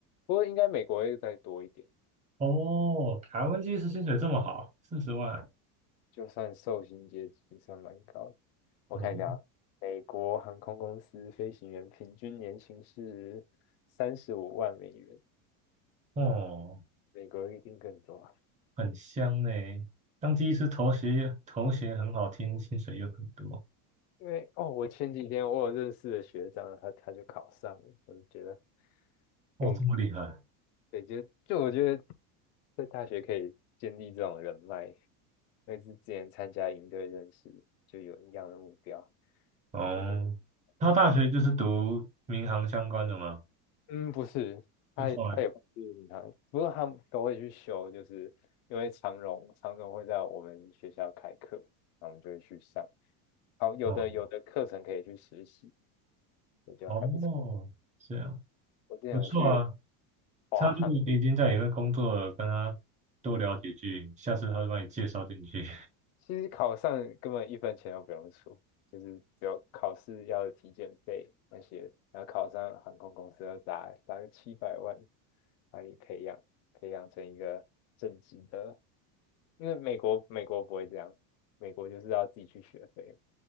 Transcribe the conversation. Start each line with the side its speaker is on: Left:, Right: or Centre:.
Left: 不过应该美国会再多一点，
Right: 哦，台湾技师薪水这么好，四十万，
Left: 就算受薪阶级算蛮高的。我看一下啊，
Right: 哦，
Left: 美国航空公司飞行员平均年薪是三十五万美元，
Right: 哦，
Left: 美国一定更多啊。
Right: 很香呢。当技师头衔头衔很好听，薪水又很多，
Left: 因为哦，我前几天我有认识的学长，他他就考上了，我就觉得
Right: 哇，
Left: 佩服。
Right: 这么厉害。
Left: 对，就就我觉得在大学可以建立这种人脉，因为是之前参加营队认识，就有一样的目标，
Right: 哦，
Left: 感觉就不
Right: 他大学就是读民航相关的吗？
Left: 错。嗯，不是，他也他也不是民航，
Right: 就后来，
Left: 不过他们都会去修，就是因为长荣长荣会在我们学校开课，那我们就会去上。好，有的有的课程可以去实习，
Right: 哦，
Left: 也就还不错。
Right: 哦，这样
Left: 我之前有去
Right: 不错啊。
Left: 华航
Right: 他如果已经在里面工作了，跟他多聊几句，下次他就把你介绍进去。
Left: 其实考上根本一分钱都不用出，就是只有考试要的体检费那些，然后考上航空公司要砸砸个七百万，把你培养培养成一个正职的。因为美国美国不会这样，美国就是要自己去学费，